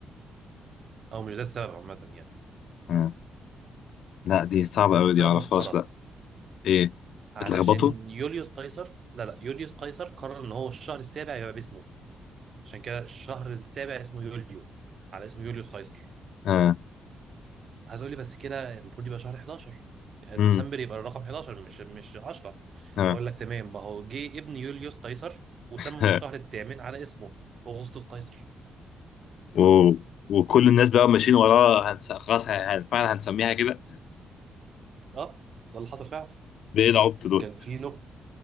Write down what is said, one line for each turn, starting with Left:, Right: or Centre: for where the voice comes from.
Right: او مش ده السبب عامة يعني
Left: آه، لا دي صعبة أوي
Right: سبب
Left: دي معرفهاش
Right: مسخرة
Left: لا إيه
Right: علشان
Left: اتلخبطوا
Right: يوليوس قيصر لا لا يوليوس قيصر قرر ان هو الشهر السابع يبقى باسمه عشان كده الشهر السابع اسمه يوليو على اسم يوليوس قيصر
Left: ها
Right: هتقولي بس كده المفروض يبقى شهر 11 ديسمبر
Left: امم
Right: يبقى الرقم 11 مش مش 10
Left: ها
Right: هقول لك تمام ما هو جه ابن يوليوس قيصر وسمى
Left: ها.
Right: الشهر الثامن على اسمه اغسطس قيصر
Left: <laughs> و... وكل الناس بقى ماشيين وراه هنس... خلاص ه- هن... فعلا هنسميها كده
Right: اه ده اللي حصل فعلا
Left: بإيه العبط دول
Right: كان في نقطة